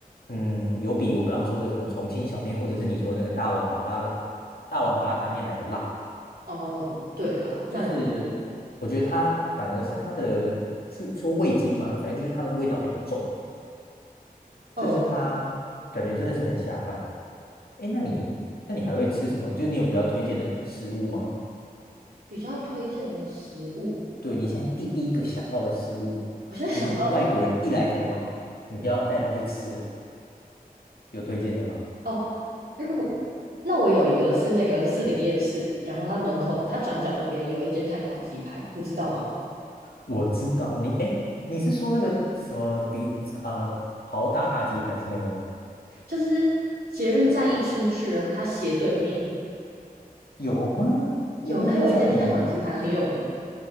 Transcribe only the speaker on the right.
哦，对啦，那
嗯，
比较推荐的食物，
我现在想到
哦，因为我那我有一个是那个士林夜市，然后它门口它转角那边有一间炭烤鸡排，你知道吗？
就是捷运站一出去，然后它斜对面
有它有一间炭烤鸡排很有名，